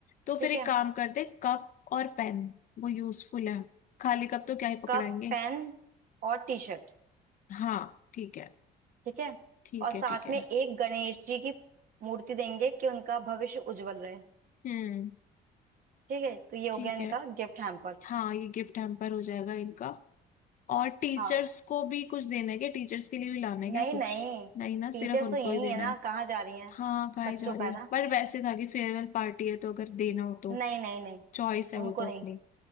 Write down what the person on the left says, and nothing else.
तो फिर
एक
काम करते कप और पेन वो यूजफुल है खाली कप तो क्या ही पकड़ाएंगे
हाँ ठीक है
ठीक
है
ठीक है
हम्म
ठीक
है
हाँ ये गिफ्ट हैम्पर हो जाएगा इनका और टीचर्स
को भी कुछ देना है क्या टीचर्स के लिए भी लाना है
क्या कुछ
नहीं ना
सिर्फ उनको
ही देना
है
हाँ खाई
जा
रही
है
पर वैसे था कि फेयरवेल पार्टी है तो अगर देना हो तो
चॉइस है वो
तो
अपनी